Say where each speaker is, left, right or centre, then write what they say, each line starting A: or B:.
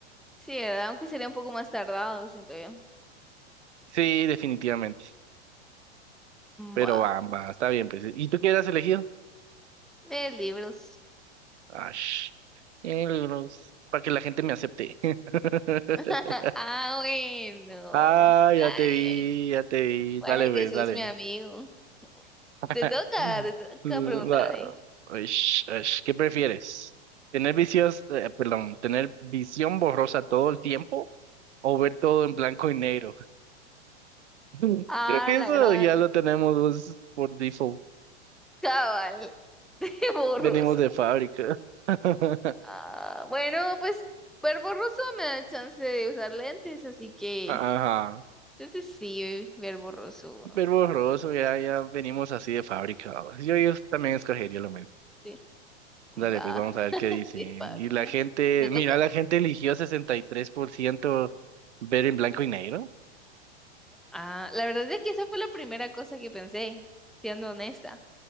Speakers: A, in the centre; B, on the right (about 80°).
A: Sí, ¿verdad? Aunque sería un poco más tardado, siento yo.
B: Sí, definitivamente. Pero
A: Buah,
B: ambas, está bien, pues. ¿Y tú qué has elegido?
A: leer libros.
B: Ah, sh- eh, libros, para que la gente me acepte. <laughs>
A: <laughs> Ah, bueno.
B: Ah,
A: Está
B: ya te vi,
A: bien.
B: ya te vi.
A: Puede
B: Dale,
A: que
B: pues,
A: sos
B: dale.
A: mi amigo. Te
B: Eh,
A: toca, te toca
B: mm,
A: preguntarme.
B: la- uish, uish, ¿qué prefieres? ¿Tener vicios, eh, perdón, tener visión borrosa todo el tiempo o ver todo en blanco y negro? <laughs>
A: Ah,
B: Creo que eso
A: la gran
B: ya lo tenemos pues, por default.
A: cabal <laughs> de borroso.
B: Venimos de fábrica. <laughs>
A: Ah, bueno, pues ver borroso me da chance de usar lentes, así que
B: Ajá.
A: entonces sí, ver borroso.
B: Ver borroso, ya, ya venimos así de fábrica. Yo, yo también escogería lo mismo.
A: Sí,
B: Dale,
A: va,
B: pues vamos a ver qué dicen.
A: de fábrica.
B: Y la gente,
A: Me toca.
B: mira, la gente eligió 63% ver en blanco y negro.
A: Ah, la verdad es que esa fue la primera cosa que pensé, siendo honesta.